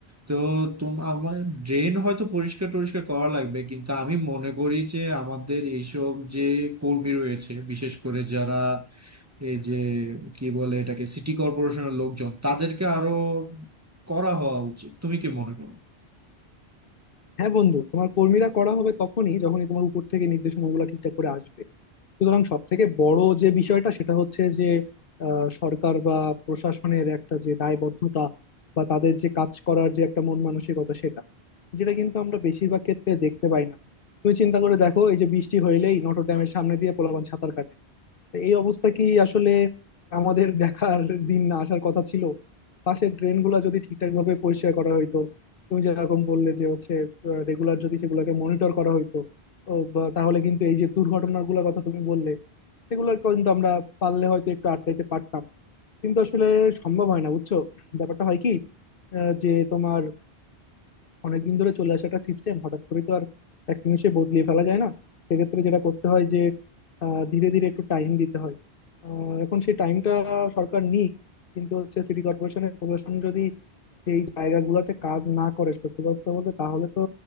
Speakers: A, on the right; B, on the left.
A: তো তুম আমার ড্রেন হয়তো পরিষ্কার টরিষ্কার করা লাগবে কিন্তু আমি মনে করি যে আমাদের এইসব যে কর্মী রয়েছে বিশেষ করে যারা এই যে কি বলে এটাকে সিটি কর্পোরেশনের লোকজন তাদেরকে আরো করা হওয়া উচিত তুমি কি মনে করো
B: হ্যাঁ বন্ধু তোমার কর্মীরা করা হবে তখনই যখনই তোমার উপর থেকে নির্দেশনাগুলো ঠিকঠাক করে আসবে সুতরাং সব থেকে বড় যে বিষয়টা সেটা হচ্ছে যে আহ, সরকার বা প্রশাসনের একটা যে দায়বদ্ধতা বা তাদের যে কাজ করার যে একটা মন মানসিকতা সেটা যেটা কিন্তু আমরা বেশিরভাগ ক্ষেত্রে দেখতে পাই না তুমি চিন্তা করে দেখো এই যে বৃষ্টি হইলেই নটর ডেমের সামনে দিয়ে পোলাপান সাঁতার কাটে এই অবস্থা কি আসলে আমাদের <laughs> দেখার দিন না আসার কথা ছিল পাশের ড্রেন গুলা যদি ঠিকঠাক ভাবে পরিষ্কার করা হইতো তুমি যেরকম বললে যে হচ্ছে রেগুলার যদি সেগুলোকে মনিটর করা হইতো ও বা তাহলে কিন্তু এই যে দুর্ঘটনার গুলোর কথা তুমি বললে সেগুলোর কিন্তু আমরা পারলে হয়তো একটু আটকাইতে পারতাম কিন্তু আসলে সম্ভব হয় না বুঝছো ব্যাপারটা হয় কি আহ, যে তোমার অনেকদিন ধরে চলে আসা একটা সিস্টেম হঠাৎ করে তো আর এক নিমিষে বদলিয়ে ফেলা যায় না সেক্ষেত্রে যেটা করতে হয় যে আহ, ধীরে ধীরে একটু টাইম দিতে হয় আহ, এখন সেই টাইমটা সরকার নিক কিন্তু হচ্ছে সিটি কর্পোরেশনের প্রশাসন যদি এই জায়গাগুলোতে কাজ না করে সত্যি কথা বলতে তাহলে তো